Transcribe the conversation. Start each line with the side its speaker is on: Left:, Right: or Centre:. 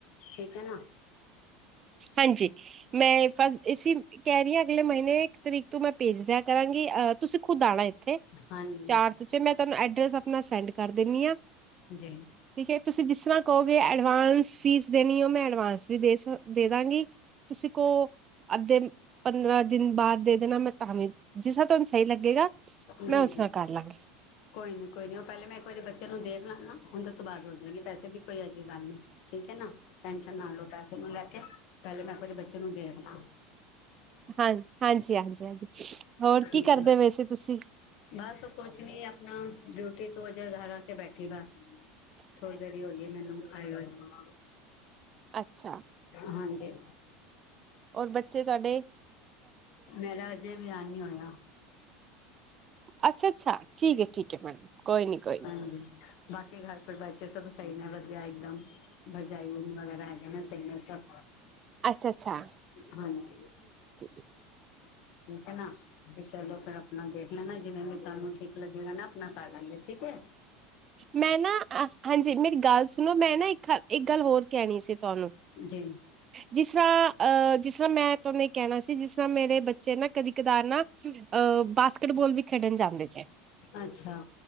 Left: ਠੀਕ ਹੈ ਨਾ
Right: ਹਾਂਜੀ ਮੈਂ ਫਸ ਇਸ ਕਹਿ ਰਹੀ ਹਾਂ ਅਗਲੇ ਮਹੀਨੇ ਇੱਕ ਤਰੀਕ ਤੋਂ ਮੈਂ ਭੇਜਦਿਆਂ ਕਰਾਂਗੀ ਆ ਤੁਸੀਂ ਖੁਦ ਆਉਣਾ ਇਥੇ
Left: ਹਾਂਜੀ
Right: ਚਾਰ ਤੋਂ ਛੇ ਮੇਂ ਤੁਹਾਨੂੰ ਏਡਰਸ ਆਪਣਾ ਸੈਂਡ ਕਰ ਦਿੰਦੀ ਆ
Left: ਜੀ
Right: ਠੀਕ ਹੈ ਤੁਸੀਂ ਜਿਸ ਤਰ੍ਹਾਂ ਕਹੋਗੇ ਅਡਵਾਂਸ ਫੀਸ ਦੇਣੀ ਹੋ ਮੈਂ ਐਡਵਾਂਸ ਵੀ ਦੇ ਸਕ ਦੇ ਦਾਂਗੀ ਤੁਸੀਂ ਕੋ ਅੱਧੇ ਪੰਦਰਾਂ ਦਿਨ ਬਾਅਦ ਦੇ ਦੇਣਾ ਮੈਂ ਜਿਸ ਤਰ੍ਹਾ ਤਾਨੂੰ ਸਈ ਲੱਗੇਗਾ
Left: ਜੀ
Right: ਮੈਂ ਉਸ
Left: ਜੀ
Right: ਤਰ੍ਹਾਂ ਕਰ ਲਾਂਗੀ।
Left: ਕੋਈ ਨੀ ਕੋਈ ਨੀ ਓ ਪੈਲੇ ਮੈਂ ਇੱਕ ਵਾਰੀ ਬੱਚੇ ਨੂੰ ਦੇਖ ਲਾਂ ਨਾ ਓਂਦੇ ਤੋਂ ਬਾਅਦ <unintelligible> ਹੋ ਜਾਗੀ ਪੈਸੇ ਦੀ ਕੋਈ ਏਜੀ ਗੱਲ ਨਈ। ਠੀਕ ਐ ਨਾ ਟੈਨਸ਼ਨ ਨਾ ਲਓ ਪੈਸੇ ਨੂੰ ਲੈ ਕੇ ਪਹਿਲੇ ਮੈਂ ਇੱਕ ਵਾਰ ਬੱਚੇ ਨੂੰ ਦੇਖ ਲਾ
Right: ਹਾਂ ਹਾਂਜੀ -ਹਾਂਜੀ- ਹਾਂਜੀ ਹੋਰ
Left: ਠੀਕ
Right: ਕੀ ਕਰਦੇ
Left: ਹੈ
Right: ਵੈ ਸੀ ਤੁਸੀਂ?
Left: ਬਸ ਕੁਛ ਨੀ ਆਪਣਾ ਡਿਊਟੀ ਤੋਂ ਅਜੇ ਘਰ ਆ ਕੇ ਬੈਠੀ ਬਸ। ਥੋੜੀ ਦੇਰ ਈ ਹੋਈਏ ਮੈਨੂੰ ਆਏ ਹੋਏ ਨੂੰ
Right: ਅੱਛਾ,
Left: ਹਾਂਜੀ
Right: ਔਰ ਬੱਚੇ ਚਾਡੇ
Left: ਮੇਰਾ ਅਜੇ ਵਿਆਅ ਨੀ ਹੋਆ।
Right: ਅੱਛਾ- ਅੱਛਾ ਠੀਕ ਐ - ਠੀਕ ਐ ਮੈਡਮ ਕੋਈ ਨੀ -ਕੋਈ ਨੀ।
Left: ਹਾਂਜੀ ਬਾਕੀ ਘਰ ਪਰਿਵਾਰ, ਚੇ ਸਭ ਸਈ ਨੇ ਵਧੀਆ ਇੱਕਦਮ ਭਰਜਾਈ ਵਗੈਰਾ <unintelligible> ਕਹਿਣਾ ਚਾਹੀਦਾ ਚ
Right: ਅੱਛਾ-ਅੱਛਾ,
Left: ਹਾਂਜੀ
Right: <inaudible>
Left: ਠੀਕ ਹੈ ਨਾ ਤੇ ਚਲੋ ਫੇਰ ਆਪਣਾ ਦੇਖ ਲੈਣਾ ਜਿਵੇਂ ਭੀ ਤਾਨੂੰ ਠੀਕ ਲੱਗੇਗਾ ਨਾ ਆਪਣਾ ਕਰ ਲਾਗੇ ਠੀਕ ਏ।
Right: ਮੈਂ ਨਾ ਹਾਂ ਹਾਂਜੀ ਮੇਰੀ ਗੱਲ ਸੁਣੋ ਮੈਂ ਨਾ ਇੱਕ ਗ -ਇੱਕ ਗੱਲ ਹੋਰ ਕਹਿਣੀ ਸੀ ਤੁਆਨੂੰ।
Left: ਜੀ
Right: ਜਿਸ ਰ੍ਹਾਂ ਅਹ ਜਿਸ ਰ੍ਹਾਂ ਮੈਂ ਤੁਆਨੂੰ ਐ ਕੈਣਾ ਸੀ ਜਿਸ ਰ੍ਹਾਂ ਮੇਰੇ ਬੱਚੇ ਨਾ ਕਦੀ ਕਦਾਰ ਨਾ ਅ ਬਾਸਕਿਟਬਾਲ ਵੀ ਖੇਡਣ ਜਾਂਦੇ ਜੇ
Left: ਅੱਛਾ